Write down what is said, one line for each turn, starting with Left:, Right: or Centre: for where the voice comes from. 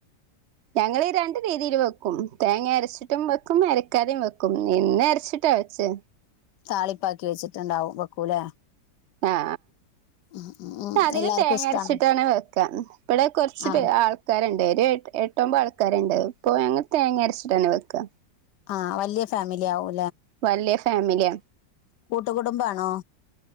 Right: ഞങ്ങളീ രണ്ട് രീതില് വെക്കും തേങ്ങേര്ച്ചിട്ടും വെക്കും എരക്കാതിം വെക്കും നിന്നെര്ച്ചിട്ടാ വെച്ചെ
Left: താളിപ്പാക്കി വെച്ചിട്ട്ണ്ടാവും വെക്കൂലേ
Right: ആ
Left: ഉം ഉം ഉം
Right: ആ അധികം
Left: എല്ലാർക്കും
Right: തേങ്ങ
Left: ഇഷ്ടാണോ
Right: അര്ച്ചിട്ടാണ് വെക്കാ വടെ കൊർച്ച്
Left: ആഹ്
Right: പെ ആൾക്കാര്ണ്ട് ഏഹ് എട്ടൊമ്പ ആൾക്കാര്ണ്ട് ഇപ്പൊ ഞങ്ങ തേങ്ങ അര്ച്ചിട്ടന്നെ വെക്ക
Left: ആഹ വല്യയ ഫാമിലി ആവു
Right: വല്യയ ഫാമിലിയാ
Left: കൂട്ടുകുടുംബാണോ